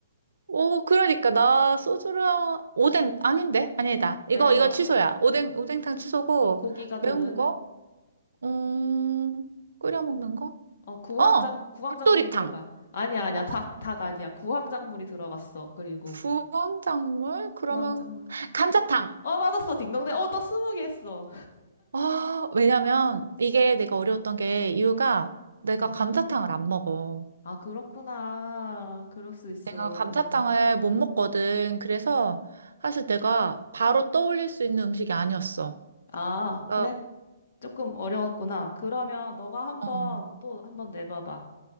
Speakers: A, on the right; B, on the left.
A: 오, 그러니까 나 소주랑 오뎅 아닌데? 아니다. 이거
B: 매워.
A: 이거 취소야. 오뎅 오뎅탕 취소고
B: 고기가 들은,
A: 매운 거? 음, 끓여 먹는 거?
B: 어, 구황장,
A: 어,
B: 구황작물이
A: 닭도리탕.
B: 들어가. 아니야, 아니야.
A: 어,
B: 닭, 닭 아니야. 구황작물이 들어갔어. 그리고,
A: 부황작물? 그러면
B: 구황작물.
A: 감자탕.
B: 어, 맞았어. 딩동댕. 어, 떡 스무 개 했어.
A: 아, 왜냐면 이게 내가 어려웠던 게 이유가 내가
B: 응.
A: 감자탕을 안 먹어.
B: 아, 그렇구나. 그럴 수 있어,
A: 내가
B: 그러면.
A: 감자탕을 못 먹거든. 그래서 사실 내가 바로 떠올릴 수 있는 음식이 아니었어.
B: 아,
A: 어,
B: 그래?
A: 어.
B: 조금 어려웠구나. 그러면 너가 한번,
A: 어.
B: 또 한번 내봐봐.